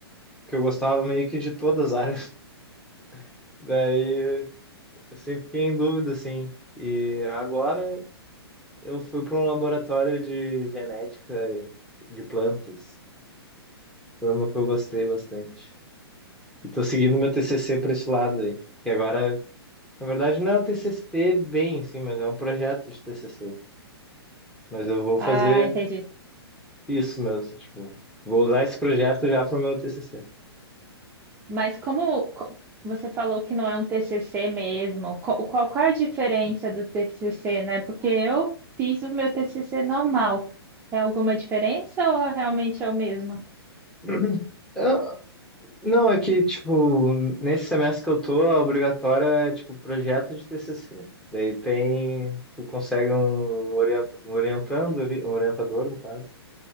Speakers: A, in the centre; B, on the right.
A: porque eu gostava meio que de todas as áreas. <laughs> Daí eu sempre fiquei em dúvida, assim. E agora eu fui para um laboratório de genética de plantas. Foi uma que eu gostei bastante. E tô seguindo meu TCC para esse lado aí. Que agora, na verdade, não é o TCC bem, assim, mas é um projeto de TCC. Mas eu vou fazer
B: Ah, entendi.
A: isso mesmo, tipo, vou usar esse projeto já pro meu TCC.
B: Mas como co- você falou que não é um TCC mesmo, co- qual, qual a diferença do TCC, né? Porque eu fiz o meu TCC normal. É alguma diferença ou realmente é o mesmo?
A: Uhum. Eu- <clears throat> não, é que, tipo, nesse semestre que eu tô, a obrigatória é, tipo, projeto de TCC. Daí tem, tu consegue um, orienta, um orientando ali, um orientador, no caso.